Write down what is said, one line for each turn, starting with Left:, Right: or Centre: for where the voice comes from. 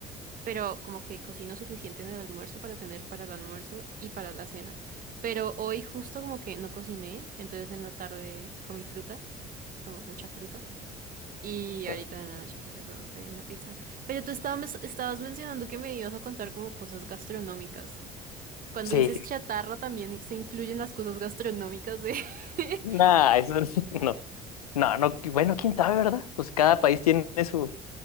Right: pero como que cocino suficiente en el almuerzo para tener para el almuerzo y para la cena. Pero hoy justo como que no cociné, entonces en la tarde comí fruta, como mucha fruta, y
Left: Qué
Right: ahorita
Left: rico.
Right: en la noche pues eso, pedí una pizza. Pero tú estabas, estabas mencionando que me ibas a contar como cosas gastronómicas. Cuando
Left: Sí,
Right: dices
Left: sí.
Right: chatarra también se incluyen las cosas gastronómicas de... <laughs>
Left: Nah, eso <laughs> no. No, no, bueno, quién sabe, ¿verdad? Pues cada país tiene su,